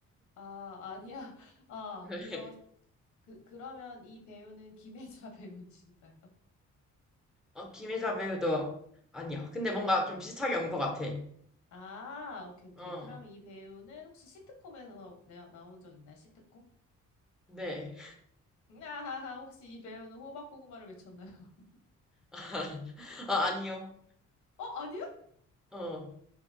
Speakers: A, on the left; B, in the centre.
A: 아, 아니야. <laughs> 아,
B: <laughs>
A: 그러, 그, 그러면 이 배우는 김혜자 <laughs> 배우인가요?
B: 어, 김혜자 배우도 아니야. 근데 뭔가 좀 비슷하게 온 것 같아.
A: 아, 오케이, 오케이.
B: 어,
A: 그러면 이 배우는 혹시 시트콤에서 나, 나온 적 있나요? 시트콤?
B: 네.
A: 아하하, 혹시 이 배우는 호박고구마를 외쳤나요? <laughs>
B: <laughs> 아, 아니요.
A: 어, 아니야?
B: 어.